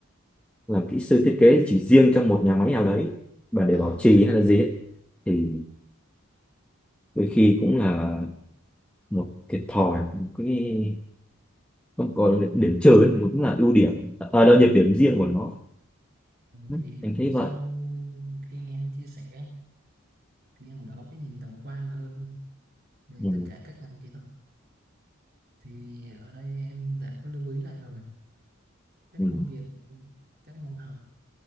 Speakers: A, in the centre; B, on the right (about 45°).
A: làm kỹ sư thiết kế chỉ riêng trong một nhà máy nào đấy và để
B: Ờ,
A: bảo trì hay là gì ấy, thì đôi khi cũng là một thiệt thòi một cái không có điểm trừ ấy, cũng là ưu điểm à, đâu nhược điểm riêng của nó Ừ,
B: thì
A: anh
B: cũng
A: thấy
B: sau
A: vậy
B: khi nghe anh chia sẻ thì em cũng đã có cái nhìn tổng quan hơn về
A: ừ,
B: tất cả các ngành kỹ thuật thì ở đây em đã có lưu ý lại rồi các
A: ừ,
B: công việc các môn học